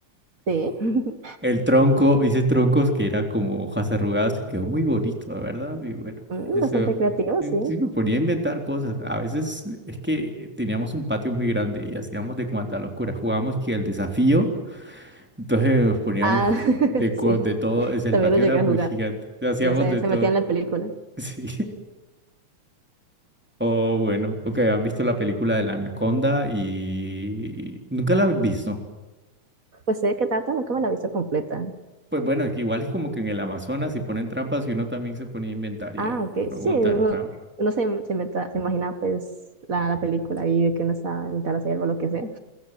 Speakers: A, on the right; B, in the centre.
A: sí, <laughs>
B: El tronco, hice troncos que eran como hojas arrugadas, que quedó muy bonito, la verdad. Y bueno,
A: Mm,
B: eso,
A: bastante creativo,
B: eh,
A: sí.
B: sí me ponía a inventar cosas. A veces es que teníamos un patio muy grande y hacíamos de cuanta locura. Jugábamos que el desafío, entonces nos poníamos
A: Ah, <laughs>
B: de,
A: sí,
B: co- de todo, es el
A: también
B: patio
A: lo llegué
B: era muy
A: a jugar.
B: gigante, hacíamos
A: No sé,
B: de
A: se
B: todo.
A: metía en
B: <laughs>
A: la película.
B: Sí. O bueno, ok, has visto la película de la Anaconda y nunca la has visto.
A: Pues sé de qué trata, nunca me la he visto completa.
B: Pues bueno, es que igual es como que en el Amazonas si ponen trampas y uno también se ponía a inventar y
A: Ah,
B: a
A: ok,
B: a
A: sí,
B: montar
A: uno,
B: trampas.
A: uno se, se, meta- se imagina pues la, la película ahí de que uno está en mitad de la selva o lo que sea.